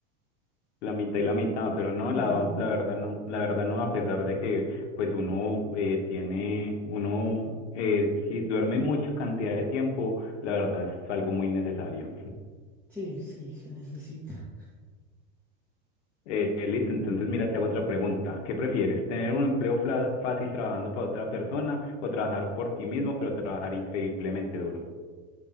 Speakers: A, on the left; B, in the centre.
A: La mitad y la mitad, pero no, la,
B: Ujú.
A: la verdad no, la verdad no, a pesar de que pues uno eh, tiene, uno eh, si duerme mucha cantidad de tiempo, la verdad es algo muy necesario.
B: Sí, sí, se necesita
A: Eh, eh, listo, entonces mira, te hago otra pregunta. ¿Qué prefieres, tener un empleo fla- fácil trabajando para otra persona o trabajar por ti mismo, pero trabajar increíblemente duro?